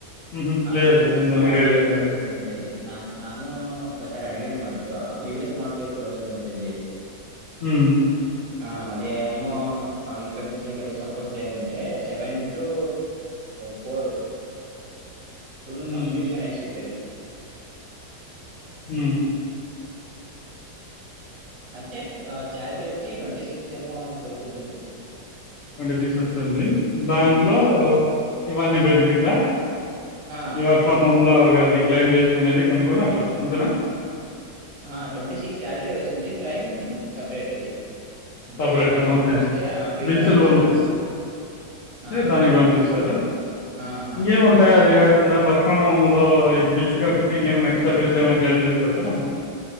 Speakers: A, on the left (about 80°); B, on the right (about 70°).
A: హుహు. లేదు
B: యుఎస్
A: బ్రో ఏందో
B: స్మార్ట్
A: ఐడియా లేదు
B: కేజ్
A: నాకు.
B: ప్రాసెస్ అంతే ఇది నాకు నాను ఒకసారి అడిగాను వాడు యయుఎస్ స్మార్ట్ కేచ్ ప్రోసెస్ అంతలి
A: హ్మ్.
B: ఆ అదే ఏమో ఇక్కడ నుంచి అక్కడ సపోర్ట్ చేయాలంటే సెవెన్ టు ఫోర్ ఫుల్
A: హ్మ్.
B: కంప్లీట్గా నైట్ షిఫ్ట్ అది
A: హ
B: అంటే శాలరీ వచ్చి ట్వంటీ సిక్స్త్ ఏమో దొరుకుతుంది అంతే చెప్పారు వాడు
A: ట్వంటీ సిక్స్ వస్తుంది దాంట్లో
B: హ్మ్.
A: ఇవన్నీ బెనిఫిట్సా
B: ఆ!
A: ఈవర్ ఫ్రమ్ హోమ్ లో ది క్లైయిమ్ చేసుకునేది కొన్ని కొన్ని అట్లా అంతనా
B: ఆ ట్వంటీ సిక్స్ శాలరీ వస్తుంది క్లైమ్ సపరేట్ అది అంటే
A: సపరేట్
B: బిల్
A: ఓకే
B: పంపిస్తే ఆ బిల్‌లో
A: బిల్సులు
B: ఎంత
A: పంపిస్త
B: అమౌంట్ ఉం ఆ!
A: దానికి పంపిస్తారా
B: ఆ! ఆ!
A: ఇంకేముంటాయా
B: విత్ సాలరీ.
A: అది కాకుండా వర్క్ క్రమంలో ఈ బిల్స్ కాకుండా ఇంకేమైనా ఎక్స్ట్రా బిల్స్ ఏమైనా క్లైమ్ వచ్చామను